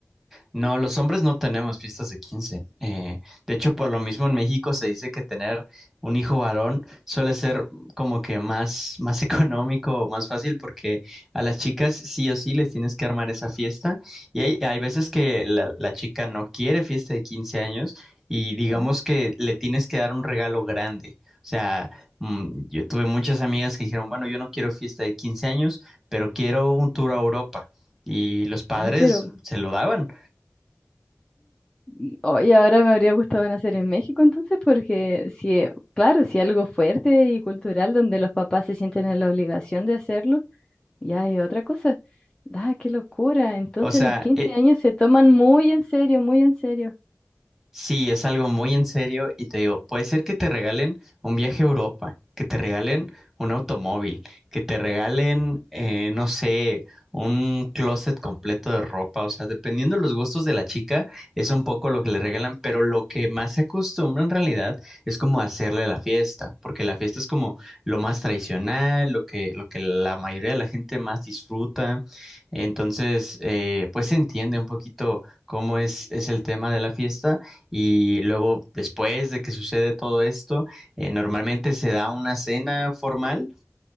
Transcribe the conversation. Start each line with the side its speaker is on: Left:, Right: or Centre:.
Centre: No, los hombres no tenemos fiestas de 15. Eh, de hecho, por lo mismo en México se dice que tener un hijo varón suele ser como que más, más <laughs> económico o más fácil porque a las chicas sí o sí les tienes que armar esa fiesta. Y hay, hay veces que la, la chica no quiere fiesta de 15 años y digamos
Left: Ujú.
Centre: que le tienes que dar un regalo grande. O sea, mm, yo tuve muchas amigas que dijeron, bueno, yo no quiero fiesta de 15 años, pero quiero un tour a Europa. Y los padres
Left: Ay, Pero
Centre: se lo daban.
Left: Y hoy ahora me habría gustado nacer en México entonces, porque si, claro, si algo fuerte y cultural donde los papás se sienten en la obligación de hacerlo, ya es otra cosa. Ah, qué locura. Entonces
Centre: O sea,
Left: los 15
Centre: e-
Left: años se toman muy en serio, muy en serio.
Centre: Sí, es algo muy en serio y te digo, puede ser que te regalen un viaje a Europa, que te regalen un automóvil, que te regalen, eh, no sé, un closet completo de ropa, o sea, dependiendo de los gustos de la chica, es un poco lo que le regalan, pero lo que más se acostumbra en realidad es como hacerle la fiesta, porque la fiesta es como lo más tradicional, lo que, lo que la mayoría de la gente más disfruta, entonces, eh, pues se entiende un poquito cómo es, es el tema de la fiesta. Y luego, después de que sucede todo esto, eh, normalmente se da una cena formal